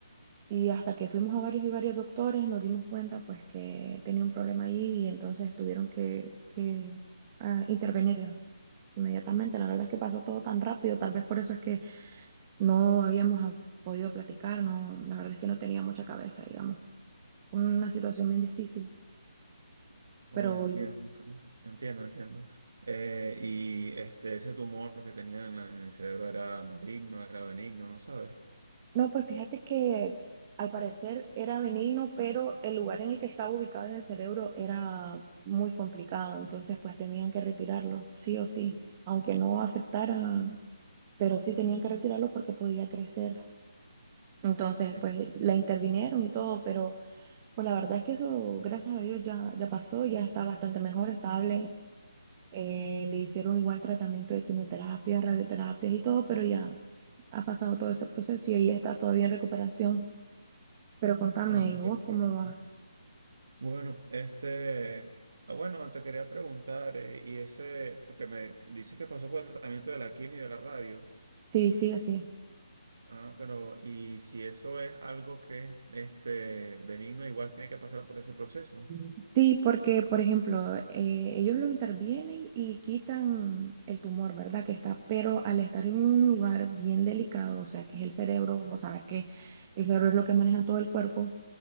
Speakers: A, on the right; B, on the right.
A: Y hasta que fuimos a varios y varios doctores nos dimos cuenta pues que tenía un problema allí y entonces tuvieron que, que ah, intervenirla inmediatamente. La verdad es que pasó todo tan rápido, tal vez por eso es que no habíamos ah, podido platicar, no, la verdad es que no tenía mucha cabeza, digamos. Una situación bien difícil,
B: Oye,
A: pero
B: entiendo, entiendo, entiendo. Eh, y este, ese tumor que tenía en, la- en el cerebro era maligno, era benigno, ¿no sabes?
A: No, pues fíjate que al parecer era benigno, pero el lugar en el que estaba ubicado en el cerebro era muy complicado, entonces pues tenían que retirarlo, sí o sí, aunque no afectara, pero sí tenían que retirarlo porque podía crecer. Entonces
B: Sí.
A: pues la intervinieron y todo, pero pues la verdad es que eso, gracias a Dios, ya, ya pasó, ya está bastante mejor, estable. Eh, le hicieron igual tratamiento de quimioterapia, radioterapias y todo, pero ya ha pasado todo ese proceso y ella está todavía en recuperación. Pero contame,
B: Ah,
A: ¿y vos
B: perfecto.
A: cómo va?
B: Bueno, este, ah, bueno, te quería preguntar, eh, y ese, porque me dices que pasó por el tratamiento de la quimio y de la radio,
A: Sí, sí, así.
B: ah, pero, y si eso es algo que este, benigno, igual tiene que pasar por ese proceso.
A: Ujú. Sí, porque, por ejemplo, eh, ellos lo intervienen y quitan el tumor, ¿verdad? Que está, pero al estar en un lugar bien delicado, o sea, que es el cerebro, vos sabes que el cerebro es lo que maneja todo el cuerpo,